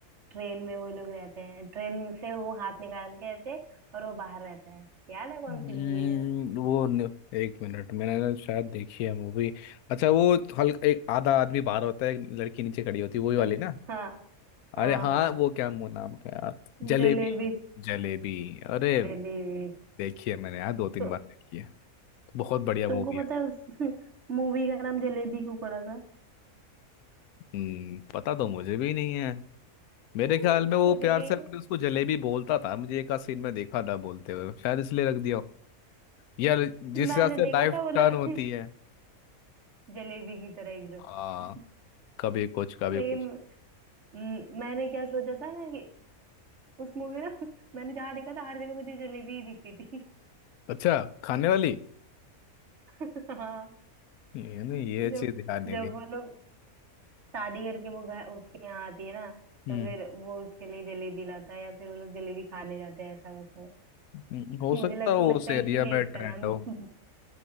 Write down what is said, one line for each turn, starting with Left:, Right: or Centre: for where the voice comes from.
Right: ट्रेन में वो लोग रहते हैं ट्रेन से वो हाथ निकाल के ऐसे और वो बाहर रहता है याद है कौन
Left: हम्म,
Right: सी मूवी है
Left: वो न- एक मिनट मैंने ना शायद देखी है मूवी अच्छा वो हल्का एक आधा आदमी बाहर होता है एक लड़की नीचे खड़ी होती है वही
Right: <laughs>
Left: वाली ना
Right: हाँ
Left: अरे
Right: हाँ
Left: हाँ
Right: हाँ
Left: वो क्या मु- नाम है यार जलेबी
Right: जलेबी
Left: जलेबी अरे
Right: जलेबी
Left: देखी है मैंने यार दो तीन
Right: तो
Left: बार देखी है बहुत बढ़िया
Right: तुमको
Left: मूवी है
Right: पता है उस <laughs> मूवी का नाम जलेबी क्यों पड़ा था
Left: हम्म पता तो मुझे भी नहीं है मेरे
Right: <laughs>
Left: ख्याल में वो
Right: मुझे
Left: प्यार
Right: भी
Left: से
Right: नहीं।
Left: अपने उसको जलेबी बोलता था मुझे एक आध सीन में देखा था बोलते हुए शायद इसलिए रख दिया यार जिस
Right: मैंने
Left: हिसाब से लाइफ
Right: देखा था वो
Left: टर्न
Right: लोग
Left: होती
Right: <laughs>
Left: है
Right: जलेबी की तरह एकदम
Left: हाँ
Right: <laughs>
Left: कभी कुछ कभी
Right: लेकिन
Left: कुछ
Right: म, मैंने क्या सोचा था ना कि उस मूवी ना <laughs> मैंने जहाँ देखा था हर जगह मुझे जलेबी ही दिखती थी
Left: अच्छा खाने वाली
Right: <laughs> हाँ
Left: ये नहीं
Right: जब
Left: ये चीज ध्यान नहीं
Right: जब
Left: दी
Right: वो लोग शादी करके वो घर उसके यहाँ आती है ना
Left: हम्म
Right: तो फिर वो उसके लिए जलेबी लाता है या फिर वो लोग जलेबी खाने जाते हैं ऐसा वैसा <laughs>
Left: हम्म, हो
Right: मुझे
Left: सकता
Right: लग
Left: हो
Right: लगता
Left: उस एरिया
Right: है इसीलिए
Left: में
Right: इसका
Left: ट्रेंड
Right: नाम
Left: हो
Right: <laughs>